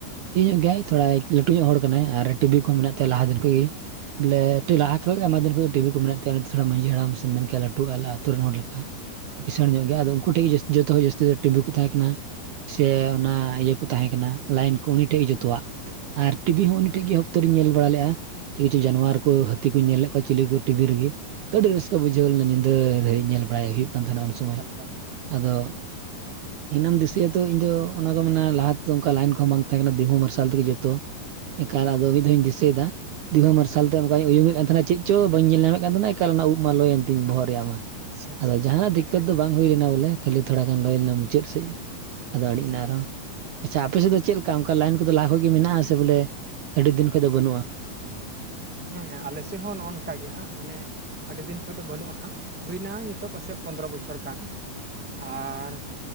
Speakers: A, on the right; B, in the centre.
A: ᱤᱧᱚᱜ ᱜᱮᱭᱟᱭ ᱛᱷᱚᱲᱟᱭ ᱞᱟᱹᱴᱩ ᱧᱚᱜ ᱦᱚᱲ ᱠᱟᱱᱟᱭ ᱟᱨ ᱴᱤᱵᱤ ᱠᱚᱦᱚᱸ ᱢᱮᱱᱟᱜ ᱛᱟᱭᱟ ᱞᱟᱦᱟ ᱫᱤᱱ ᱠᱷᱚᱡ ᱜᱤ ᱵᱚᱞᱮ
B: ᱟᱪᱪᱷᱟ ᱟᱪᱪᱷᱟ
A: ᱞᱟᱦᱟ ᱠᱷ ᱟᱭᱢᱟ ᱫᱤᱱ ᱠᱷᱚᱡ ᱴᱤᱵᱷᱤ ᱠᱚ ᱢᱮᱱᱟᱜ ᱛᱟᱭᱟ ᱩᱱᱤᱫᱚ ᱛᱷᱚᱲᱟ ᱢᱟᱺᱡᱷᱤ ᱦᱟᱲᱟᱢ ᱥᱮᱢ ᱢᱮᱱ ᱠᱮᱭᱟ ᱞᱟᱹᱴᱩ ᱟᱞᱮ ᱟᱛᱩ ᱨᱮᱱ ᱦᱚᱲ ᱞᱮᱠᱟ ᱠᱤᱸᱥᱟᱹᱬ ᱧᱚᱜ ᱜᱮᱭᱟ ᱟᱫᱚ ᱩᱱᱠᱩ ᱴᱷᱮᱱ ᱜᱮ ᱡᱚᱛᱚ ᱠᱷᱚᱡ ᱡᱟᱹᱥᱛᱤ ᱫᱚ ᱴᱤᱵᱷᱤ ᱠᱚ ᱛᱟᱦᱮᱸ ᱠᱟᱱᱟ ᱥᱮ ᱚᱱᱟ ᱤᱭᱟᱹ ᱠᱚ ᱛᱟᱦᱮᱸ ᱠᱟᱱᱟ ᱞᱟᱭᱤᱱ ᱠᱚ ᱩᱱᱤ ᱴᱷᱮᱡ ᱡᱚᱛᱚᱣᱟᱜ ᱟᱨ ᱴᱤᱵᱷᱤ
B: ᱟᱪᱪᱷᱟ
A: ᱦᱚᱸ ᱩᱱᱤ ᱴᱷᱮᱱ ᱜᱮ ᱮᱦᱚᱯᱛᱚᱨᱤᱧ ᱧᱮᱞ ᱵᱟᱲᱟ ᱞᱮᱫᱻᱟ ᱠᱤᱪᱷᱩ ᱡᱟᱱᱣᱟᱨ ᱠᱚ ᱦᱟᱹ ᱛᱤ ᱠᱩᱧ ᱧᱮᱞ ᱞᱮᱫ ᱠᱚᱣᱟ ᱪᱤᱞᱤ ᱠᱩ ᱴᱤᱵᱤ ᱨᱮᱜᱤ ᱛᱚ ᱟᱹᱰᱤ ᱨᱟᱹᱥᱠᱟᱹ ᱵᱩᱡᱷᱟᱹᱣ ᱞᱮᱱᱟ ᱧᱤᱫᱟᱹ ᱫᱷᱟᱹᱨᱤᱡ ᱧᱮᱞᱵᱟᱲᱟᱭ ᱦᱩᱭᱩᱜ ᱠᱟᱱᱛᱟᱦᱮᱱᱟ ᱩᱱ ᱥᱚᱢᱚᱹᱭ
B: ᱮᱠᱟᱞ ᱮᱠᱟᱞ
A: ᱟᱫᱚ ᱮᱱᱟᱹᱢ ᱫᱤᱥᱟᱹᱛᱚ
B: ᱦᱩᱸ
A: ᱤᱧ ᱫᱚ ᱚᱱᱟ ᱠᱚ ᱢᱮᱱᱟ ᱞᱟᱦᱟ ᱛᱮᱫᱚ ᱚᱱᱠᱟ ᱞᱟᱭᱤᱱ ᱠᱚᱦᱚᱸ ᱵᱟᱝ ᱛᱟᱦᱮᱸ ᱠᱟᱱᱟ ᱫᱤᱦᱳ ᱢᱟᱨᱥᱟᱞ ᱛᱮᱜᱮ ᱡᱚᱛᱚ ᱮᱠᱟᱞ ᱟᱫᱚ ᱢᱤᱫ ᱫᱷᱟᱣᱤᱧ ᱫᱤᱥᱟᱹᱭᱫᱟ ᱫᱤᱦᱩ ᱢᱟᱨᱥᱟᱞ ᱛᱮ ᱚᱱᱠᱟᱧ ᱩᱭᱩᱝᱮᱸᱜ ᱠᱟᱱ ᱛᱟᱦᱮᱸᱱᱟ ᱪᱮᱫ ᱪᱚ ᱵᱟᱹᱧ ᱧᱮᱞ ᱧᱟᱢᱮᱫ ᱠᱟᱱ ᱛᱟᱦᱮᱱᱟ ᱮᱠᱮᱞ ᱢᱟ ᱩᱵ ᱢᱟ ᱞᱚᱭᱮᱱ ᱛᱤᱧ ᱵᱚᱦᱚᱜ ᱨᱮᱭᱟᱜ ᱢᱟ
B: ᱟᱪᱪᱷᱟ ᱟᱪᱪᱷᱟ
A: ᱟᱫᱚ ᱡᱟᱦᱟᱱᱟᱜ ᱫᱤᱠᱠᱚᱛ
B: ᱦᱮᱸ
A: ᱫᱚ
B: ᱦᱮᱸ
A: ᱵᱟᱝ ᱦᱩᱭ ᱞᱮᱱᱟ ᱵᱚᱞᱮ ᱠᱷᱟᱹᱞᱤ ᱛᱷᱚᱲᱟ ᱜᱟᱱ ᱞᱟ. ᱭ ᱞᱮᱢ ᱢᱩᱪᱟᱹᱫ ᱥᱮᱫ ᱟᱫᱚ ᱟᱹᱲᱤᱡ
B: ᱟᱪᱪᱷᱟ
A: ᱱᱟ ᱟᱨᱦᱚᱸ ᱟᱪᱪᱷᱟ ᱟᱯᱮᱥᱮᱫ ᱫᱚ ᱪᱮᱫ ᱞᱮᱠᱟ ᱚᱱᱠᱟ ᱞᱟᱭᱤᱱ ᱠᱚᱫᱚ ᱞᱟᱦᱟ ᱠᱷᱚᱡ ᱜᱮ ᱢᱮᱱᱟᱜᱼᱟ ᱥᱮ ᱵᱚᱞᱮ ᱟᱹᱰᱤ ᱫᱤᱱ ᱠᱷᱚᱱ ᱫᱚ ᱵᱟᱹᱱᱩᱜᱼᱟ
B: ᱦᱮᱸ ᱦᱮ ᱟᱞᱮ ᱥᱮᱫ ᱦᱚᱸ ᱱᱚᱜᱼᱚ ᱱᱚᱝᱠᱟ ᱜᱮ ᱦᱟᱸᱜ ᱢᱟᱱᱮ ᱟᱹᱰᱤ ᱫᱤᱱ ᱠᱷᱚᱡ ᱫᱚ ᱵᱟᱹᱱᱩᱜᱼᱟ ᱦᱟᱸᱜ ᱦᱩᱭᱱᱟ ᱱᱤᱛᱚᱜ ᱯᱟᱥᱮᱡ ᱯᱚᱸᱫᱨᱚ ᱵᱚᱪᱷᱚᱨ ᱜᱟᱱ ᱟᱨ